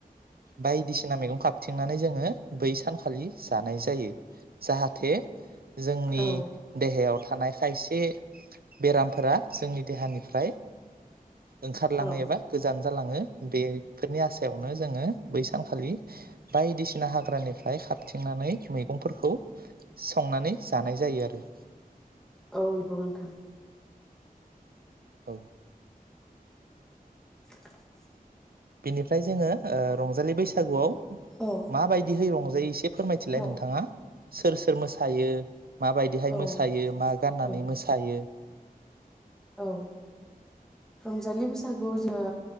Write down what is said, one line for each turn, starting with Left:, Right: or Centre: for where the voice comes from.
Right: बायदिसिना मैगं खाबथिंनानै जोङो बै सानखालि जानाय जायो जाहाथे जोंनि
Centre: औ
Right: देहायाव थानाय खायसे बेरामफोरा जोंनि देहानिफ्राय ओंखारलाङो
Centre: औ
Right: एबा गोजान जालाङो बेफोरनि आसायावनो जोङो बै सानखालि बायदिसिना हाग्रानिफ्राय खाबथिंनानै मैगंफोरखौ संनानै जानाय जायो आरो।
Centre: औ नंगौ नोंथां
Right: औ
Centre: <inaudible>
Right: बिनिफ्राय जोङो ओ रंजालि बैसागुआव
Centre: औ
Right: माबायदि है रं जायो एसे फोरमायथिलाय
Centre: औ
Right: नोंथाङा सोर सोर मोसायो माबायदिहाय
Centre: औ
Right: मोसायो मा गाननानै
Centre: औ
Right: मोसायो
Centre: औ रं जालि बैसागुआव जोङो